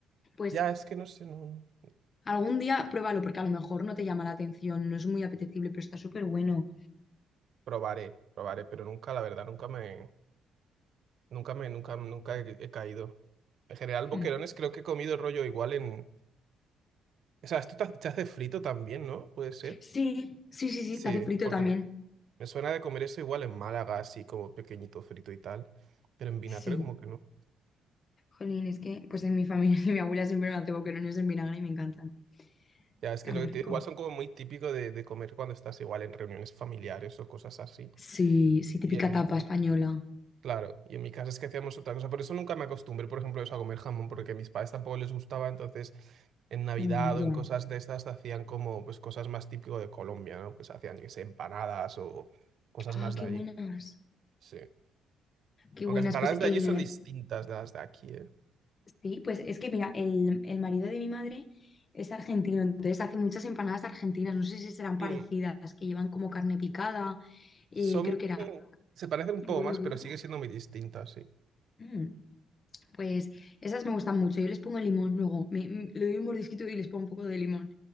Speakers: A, on the left; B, on the right.
A: Pues.
B: Ya, es que no sé, no. no.
A: Algún día pruébalo porque a lo mejor no te llama la atención, no es muy apetecible, pero está súper bueno.
B: Probaré, probaré, pero nunca, la verdad, nunca me... Nunca me, nunca, nunca he, he caído. En general, boquerones
A: Mm.
B: creo que he comido rollo igual en... O sea, esto ta- se hace frito también, ¿no? Puede ser.
A: Sí, sí, sí, sí,
B: Sí,
A: te hace frito
B: porque
A: también.
B: Me suena de comer eso igual en Málaga, así como pequeñito frito y tal, pero en vinagre
A: Sí.
B: como que no.
A: Jolín, es que pues en mi familia <laughs> mi abuela siempre me hace boquerones en vinagre y me encantan.
B: Ya, es
A: Está
B: que es lo
A: muy
B: que te
A: rico.
B: digo, igual son como muy típico de, de comer cuando estás igual en reuniones familiares o cosas así.
A: Sí, sí,
B: Y
A: típica
B: en mi,
A: tapa
B: fa-
A: española.
B: claro, y en mi casa es que hacíamos otra cosa, por eso nunca me acostumbré, por ejemplo, eso a comer jamón, porque a mis padres tampoco les gustaba, entonces en Navidad
A: Mm,
B: o
A: ya.
B: en cosas de estas hacían como pues cosas más típico de Colombia, ¿no? Pues hacían, yo qué sé, empanadas o cosas
A: Ah,
B: más
A: qué
B: de allí.
A: buenas.
B: Sí.
A: Qué
B: Aunque
A: buenas.
B: las empanadas
A: Pues
B: de
A: el,
B: allí son distintas de las de aquí, ¿eh?
A: sí, pues es que mira, el, el marido de mi madre es argentino, entonces hace muchas empanadas argentinas. No sé si serán parecidas,
B: Mm.
A: que llevan como carne picada, eh,
B: Son,
A: creo que era
B: se parecen un poco
A: huevo
B: más,
A: duro.
B: pero sigue siendo muy distintas, sí.
A: Mm, Pues esas me gustan mucho. Yo les pongo limón luego. Me, mm, le doy un mordisquito y les pongo un poco de limón.